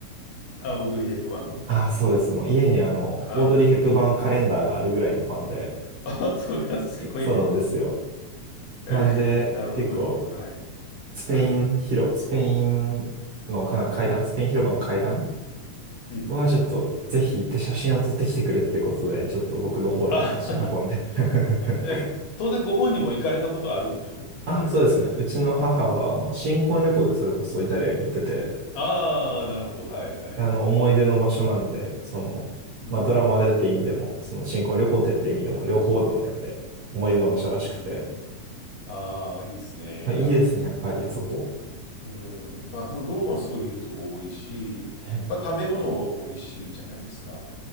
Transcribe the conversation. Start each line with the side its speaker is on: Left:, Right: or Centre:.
Left: あ、オードリー・ヘップバーンの
Right: ああ、そうです。もう家にあの、
Left: あ、
Right: オードリー・ヘップバーンカレンダーがあるぐらいのファンで、
Left: はい。<laughs> あ、それはすごいね。
Right: そうなんですよ。
Left: <laughs>
Right: なんで、
Left: なるほど。
Right: 結構、
Left: はい。
Right: スペイン広、
Left: はい。
Right: スペインのかな階段、スペイン広場の階段
Left: うん。
Right: はちょっと、ぜひ行って写真を撮ってきてくれっていうことで、ちょっと僕の方でも足運んで
Left: あ、<laughs>
Right: <laughs>
Left: え、当然ご本人も行かれたことあるんでしょそれまでに。
Right: あ、そうですね。うちの母は、あの、新婚旅行でそれこそイタリアに行ってて、
Left: ああ、なるほど。はいはいはいはい。
Right: あの、思い出の場所なんで、その、
Left: うん。
Right: まあ、ドラマでって意味でも、その新婚旅行でって意味でも、両方の面で思い出の場所らしくて、
Left: うんうんうん。ああ、いいですね。
Right: まあ、いいですね、
Left: いや、
Right: やっぱりあそこ。
Left: ほうん。まあ、そのローマはすごい見るとこ多いし、
Right: ね
Left: まあ、食べ物多いしいじゃないですか。